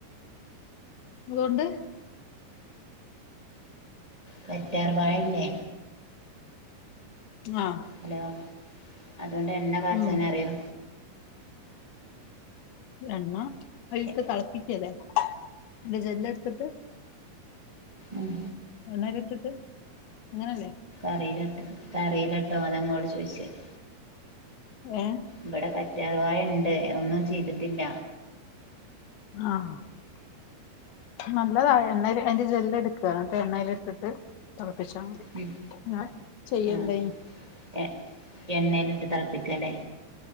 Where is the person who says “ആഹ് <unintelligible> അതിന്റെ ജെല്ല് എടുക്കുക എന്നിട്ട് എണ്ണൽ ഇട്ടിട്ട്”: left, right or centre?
Left